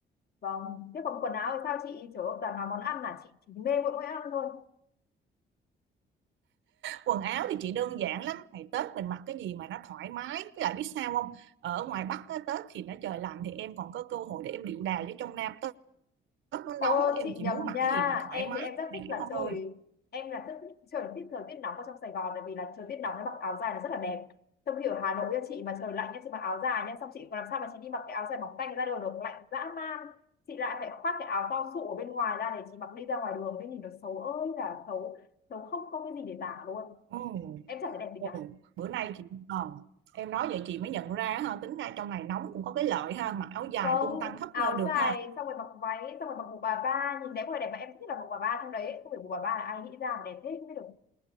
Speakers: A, on the left; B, on the right.
A: vâng thế còn quần áo thì sao chị trời ơi toàn là món ăn là chị chỉ mê mỗi món ăn thôi
B: quần áo thì chị đơn giản lắm ngày Tết mình mặc cái gì mà nó thoải mái với lại biết sao không ở ngoài Bắc á, Tết thì nó trời lạnh thì em còn có cơ hội để em điệu đà với trong Nam Tết Tết nó
A: Ô
B: nóng em
A: chị
B: chỉ
A: nhầm
B: muốn mặc
A: nha
B: cái gì mà thoải
A: Em
B: mái
A: thì em rất thích
B: để
A: là trời
B: thôi
A: Em là rất thích trời thích thời tiết nóng ở trong Sài Gòn Tại vì là trời tiết nóng em mặc áo dài là rất là đẹp Trong khi ở Hà Nội nha chị mà trời lạnh nha Chị mặc áo dài nha Xong chị còn làm sao mà chị đi mặc cái áo dài mỏng tanh ra đường được Lạnh dã man Chị lại phải khoác cái áo to sụ ở bên ngoài ra Để chị mặc đi ra ngoài đường Thế nhìn nó xấu ơi là xấu Xấu không không cái gì để tả luôn
B: ừ.
A: Em chẳng thấy đẹp gì
B: Ừ.
A: cả
B: bữa nay chị ờ, em nói vậy chị mới nhận ra ha tính ra trong này nóng cũng có cái lợi ha mặc áo dài
A: Vâng
B: tung tăng khắp
A: áo
B: nơi được
A: dài
B: ha
A: xong rồi mặc váy Xong rồi mặc bộ bà ba Nhìn đẹp có vẻ đẹp mà em thích nhất là bộ bà ba trong đấy Không phải bộ bà ba là ai nghĩ ra mà đẹp thế không biết được